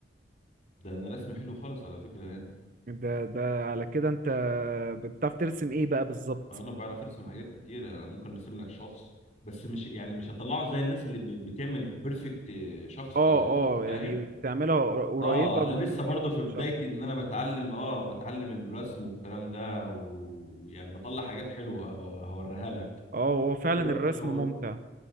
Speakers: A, on the left; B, on the right.
A: ده انا رسمي حلو خالص على فكره يعني
B: ده ده على كده انت بتعرف ترسم ايه بقى بالظبط
A: انا بعرف ارسم حاجات كتير انا ممكن ارسم لك شخص بس مش يعني مش هطلعه زي الناس اللي ب- بتعمل بيرفكت شخص
B: اه اه
A: فاهم
B: يعني بتعملها قر- قريبة
A: اه انا
B: من
A: لسه برضه
B: كانوا
A: في بدايتي
B: شخص
A: ان انا بتعلم اه بتعلم الرسم والكلام ده و- ويعني بطلع حاجات حلوه هبقى- هوريها لك
B: اه هو فعلا
A: ايه رايك
B: الرسم
A: لو
B: ممتع